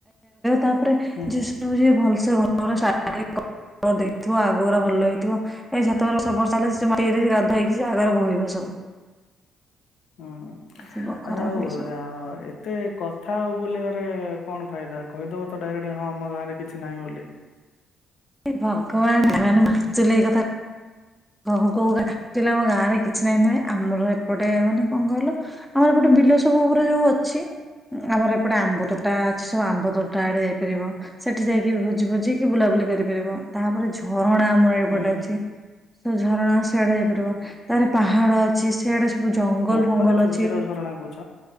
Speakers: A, in the centre; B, on the left (about 75°).
A: ତାପରେ
B: ହୁଁ
A: ଯିଏ ସବୁ ଯିଏ ଭଲସେ କଲର୍ ଦେଇଥିବ ଆଗଗୁରା ଭଲ ହେଇଥିବ। ଏଇ ଛାତ ଉପରେ ସବୁ ବର୍ଷା ହେଲେ <unintelligible> ସେ ଆଗରେ ବୋହିବ ସବୁ।
B: ହୁଁ,
A: ଯିବ ଖରାପ
B: ଆ ଯୋଉ
A: ହେଇ ସବୁ
B: ଏତେ କଥା ଆଉ ବୁଲେଇବାରେ କଣ ଫାଇଦା। କହିଦବ ତ ଡାଇରେକ୍ଟ ହଁ ଆମ ଗାଁରେ କିଛି ନାହିଁ ବୋଲି।
A: ହେ ଭଗବାନ୍ <unintelligible> କହୁ କହୁକା ଆକ୍ଚୁଆଲି ଆମ ଗାଁ ରେ କିଛି ନାହିଁ ନୁହେଁ ଆମର ଏପଟେ ମାନେ କଣ କହିଲ ଆମର ଏପଟେ ବିଲ ସବୁ ଉପରେ ଯୋଉ ଅଛି। ଆମର ଏପଟେ ଆମ୍ବ ତୋଟା ଅଛି ସବୁ ଆମ୍ବ ତୋଟା ଆଡେ ଯାଇପାରିବ। ସେଠି ଯାଇକି ଭୋଜି ଫୋଜି କିି ବୁଲାବୁଲି କରିପାରିବ। ତାପରେ ଝରଣା ଆମର ଏପଟେ
B: ହୁଁ
A: ଅଛି। ତ ଝରଣା ସିଆଡେ ଯାଇପାରିବ ତାପରେ ପାହାଡ। ଅଛି ସିଆଡେ ସବୁ ଜଙ୍ଗଲ
B: ପୋଖରୀ
A: ଫଙ୍ଗଲ
B: ଥିବ
A: ଅଛି।
B: ସେଇଟାକୁ ଝରଣା କହୁଛ